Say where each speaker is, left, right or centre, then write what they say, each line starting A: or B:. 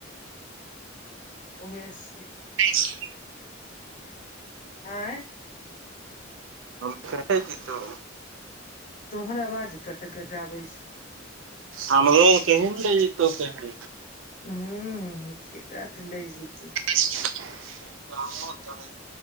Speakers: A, on the left (about 40°); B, on the right (about 75°).
A: ओहेसे।
B: होई छै।
A: आँय
B: हम परै जाइतो।
A: तोहर आवाज कटे कटे आबै छो।
B: हमरो कही ने लैय जयतो कही।
A: हम्म एकरा तऽ लै जयतै।
B: <inaudible>